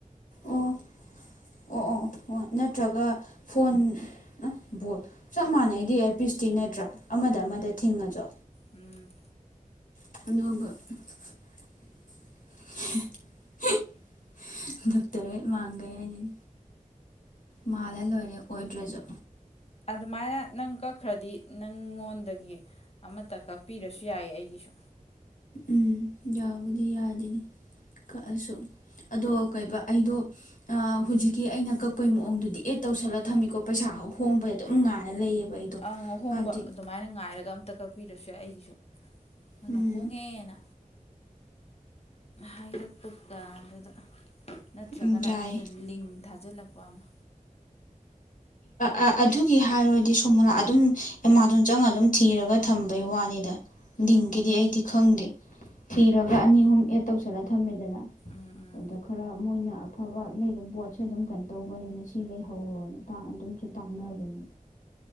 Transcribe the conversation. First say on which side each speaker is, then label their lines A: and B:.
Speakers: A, on the left; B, on the left.
A: ꯑꯣ ꯑꯣ ꯑꯣ ꯑꯣ ꯅꯠꯇ꯭ꯔꯒ ꯐꯣꯟ ꯕꯣ ꯆꯞ ꯃꯥꯟꯅꯩꯗꯤ ꯑꯦ ꯄꯤꯁꯇꯤ ꯅꯠꯇ꯭ꯔꯥ ꯑꯃꯗ ꯑꯃꯗ ꯊꯤꯡꯉꯁꯨ
B: ꯎꯝ
A: <unintelligible> ꯗꯣꯛꯇꯔ ꯍꯦ ꯃꯥꯡꯈꯦ ꯍꯥꯏꯅꯤꯗꯤ ꯃꯥꯜꯂ ꯂꯣꯏꯔꯦ ꯑꯣꯏꯗ꯭ꯔꯁꯨ
B: ꯑꯗꯨꯃꯥꯏꯅ ꯅꯪ ꯀꯛꯈ꯭ꯔꯗꯤ ꯅꯪꯉꯣꯟꯗꯒꯤ ꯑꯃꯠꯇ ꯀꯛꯄꯤꯔꯁꯨ ꯌꯥꯏꯌꯦ ꯑꯩꯒꯤꯁꯨ
A: ꯎꯝ ꯌꯥꯕꯨꯗꯤ ꯌꯥꯗꯦꯅꯤ ꯀꯛꯑꯁꯨ ꯑꯗꯣ ꯀꯩ ꯑꯩꯗꯣ ꯍꯧꯖꯤꯛꯀꯤ ꯑꯩꯅ ꯀꯛꯄꯩ ꯃꯑꯣꯡꯗꯨꯗꯤ ꯑꯦꯠ ꯇꯧꯁꯜꯂ ꯊꯝꯃꯤꯀꯣ ꯄꯩꯁꯥ ꯈ ꯍꯣꯡꯕꯗ ꯑꯗꯨꯝ ꯉꯥꯏꯔ ꯂꯩꯌꯦꯕ ꯑꯩꯗꯣ
B: ꯑꯪ ꯑꯍꯣꯡꯕ
A: ꯍꯥꯏꯕꯗꯤ
B: ꯑꯗꯨꯃꯥꯏꯅ ꯉꯥꯏꯔꯒ ꯑꯝꯇ ꯀꯛꯄꯤꯔꯁ ꯌꯥ ꯑꯩꯒꯤꯁꯨ ꯅꯪꯅ
A: ꯎꯝ
B: ꯍꯣꯡꯉꯦꯅ ꯍꯥꯏꯔ ꯀꯀ ꯑꯗꯨꯗ ꯅꯠꯇ꯭ꯔꯒꯅ
A: ꯎꯝ ꯌꯥꯏ
B: ꯑꯩꯉꯣꯟꯗ ꯂꯤꯡ ꯊꯥꯖꯤꯜꯂꯛꯄ ꯑꯃ
A: ꯑꯦ ꯑꯗꯨꯒꯤ ꯍꯥꯏꯔꯗꯤ ꯁꯣꯃꯣꯔꯥ ꯑꯗꯨꯝ ꯑꯦꯃꯥꯖꯣꯟ ꯆꯪꯉꯒ ꯑꯗꯨꯝ ꯊꯤꯔꯒ ꯊꯝꯕꯩ ꯋꯥꯅꯤꯗ ꯂꯤꯡꯀꯤꯗꯤ
B: ꯑꯣ
A: ꯑꯩꯗꯤ ꯈꯪꯗꯦ ꯊꯤꯔꯒ ꯑꯅꯤ ꯑꯍꯨꯝ ꯑꯦꯗ ꯇꯧꯁꯤꯜꯂ ꯊꯝꯃꯦꯗꯅ
B: ꯎꯝ ꯎꯝ
A: ꯑꯗꯨꯗ ꯈꯔ ꯃꯣꯏꯅ ꯑꯐꯕ ꯂꯩꯕ ꯄꯕꯣꯠꯁꯨ ꯑꯗꯨꯝ ꯀꯩꯅꯣ ꯇꯧꯕꯅꯤꯅ ꯁꯤ ꯂꯩꯍꯧꯔꯣꯅ ꯑꯗꯨꯝꯁꯨ ꯇꯥꯡꯅꯔꯕꯅꯦ